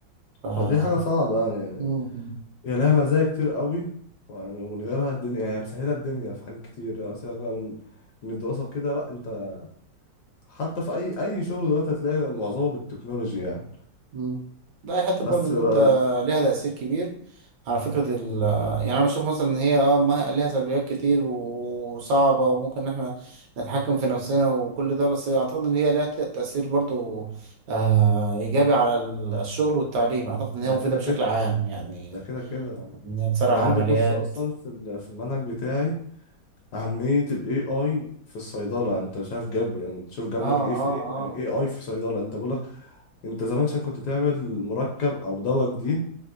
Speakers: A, on the right; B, on the left.
A: آه.
B: فدي حاجة صعبة يعني يعني
A: مم.
B: هي لها مزايا كتير قوي يعني ومن غيرها الدنيا يعني مسهلة الدنيا في حاجات كتير يعني سيبك بقى من من الدراسة كده لا انت حتى في اي اي شغل دلوقتي هتلاقي معظمه بالتكنولوجي يعني
A: مم. ده حتى
B: بس
A: برضه ان
B: آه،
A: انت ليها تأثير كبير على فكرة ال يعني انا اشوف مثلا ان هي اه ما- ليها سلبيات كتير وصعبة وممكن ان احنا نتحكم في نفسنا وكل ده بس اعتقد ان هي ليها ت- تأثير برضه آه ايجابي على ال- الشغل والتعليم اعتقد ان هي
B: ده
A: مفيدة
B: كده
A: بشكل
B: كده
A: عام يعني
B: ده كده كده يعني
A: ان هي تسرع
B: انا
A: العمليات
B: عندي كورس اصلا في ال- في المنهج بتاعي اهميه الاي اي في الصيدله انت شايف جاب انت شوف جاب
A: اه
B: لك ايه في
A: اه
B: ايه
A: اه
B: يعني اي اي في صيدله انت بقول لك انت زمان عشان كنت تعمل مركب او دواء جديد